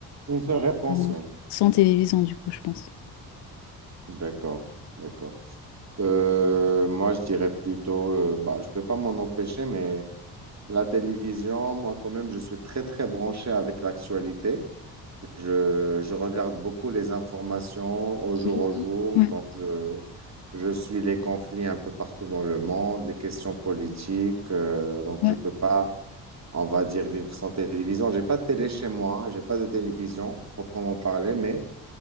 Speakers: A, on the right; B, on the left.
A: Une seule réponse,
B: Bon,
A: oui.
B: Sans télévision, du coup, je pense.
A: D'accord, d'accord. Euh, moi, je dirais plutôt, euh, bah, je peux pas m'en empêcher, mais la télévision, moi, quand même, je suis très, très branché avec l'actualité. Je, je regarde beaucoup les informations au jour
B: Mhm.
A: au jour,
B: Ouais,
A: donc je, je suis les conflits un peu partout dans le monde, les questions politiques, euh, donc
B: ouais.
A: je peux pas on va dire vivre sans télévision. J'ai pas de télé chez moi, j'ai pas de télévision proprement parler, mais